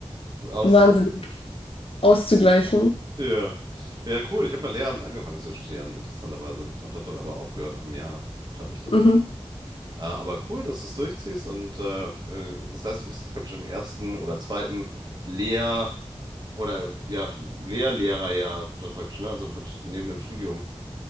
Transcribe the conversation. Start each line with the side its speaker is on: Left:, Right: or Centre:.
Right: Aus,
Left: wahnsinnig auszugleichen.
Right: ja. Ja, cool. Ich habe mal Lehramt angefangen zu studieren, interessanterweise. Und habe dann aber aufgehört nach einem Jahr und habe mich dann
Left: Mhm.
Right: um Äh, aber cool, dass du es durchziehst und äh, äh, das heißt, du bist jetzt praktisch im ersten oder zweiten Lehr- oder ja, Lehr-Lehrerjahr dann praktisch, ne? Also praktisch neben dem Studium.